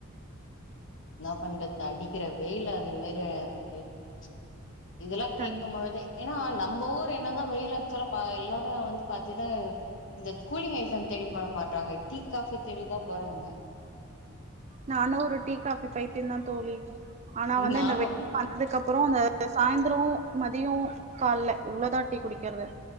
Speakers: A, on the left (about 60°); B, on the right (about 30°).
A: என்னா பண்றது அடிக்கிற வெயில் அந்த மாரி ஆயிச்சு இதெல்லா கேக்கும்
B: கண்
A: பொழுது ஏன்னா நம்ம ஊர் என்னதா வெயில் அடிச்சாலு ப எல்லாரு வந்து பாத்தினா இந்த கூலிங் ஐட்டம் தேடி போற மாட்றாங்க டீ காஃபி தேடிதா போறாங்க
B: நானு ஒரு டீ காஃபி பைத்தியந்தா தோழி ஆனா வந்து
A: நானு
B: இந்த வ வந் அதுக்கப்பற அந்த சாய்ந்திரு மதிய கால்ல இவ்வளதா டீ குடிக்கறது